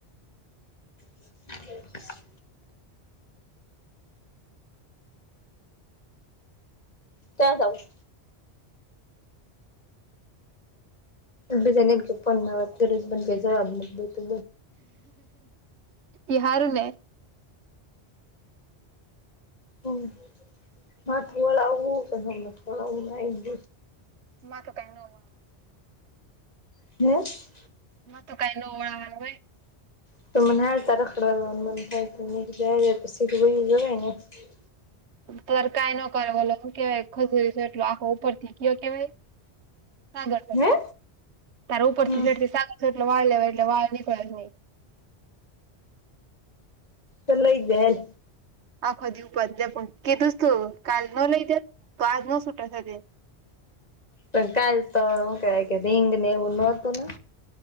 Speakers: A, on the left; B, on the right.
A: <inaudible> ત્યા જઉ બીજાને એમ કે ફોનમાં વાત કરે કોઈ જવાબ નથી દેતુ.
B: ઇ હારું ને
A: હમ માથું વાળ આવું પું વાળું ના ગ
B: મા તો કઈ ન મળવા
A: <inaudible>
B: ના તો કઈ ન ઓળવા હોય
A: <inaudible>
B: ત કઈ ન કરે બલો કેવાય ખજૂરી છે એટલો આખો ઉપર થી કયો કેવાય સાગર
A: ને
B: સોટલો
A: હે
B: ત્યારે ઉપરથી
A: હમ
B: શેડતી સાગર સોટલો વાળલે વાટલે વાળ નીકળ જહી
A: તો લઇ દે હાલ
B: આખો દિ ઉપજ પણ કે કિધું જ તૂં કાલ નો લઈ જે તો આજ નો છટા થ
A: પણ કાલ તો હૂકે રીંગ ને એવું નહોતું ને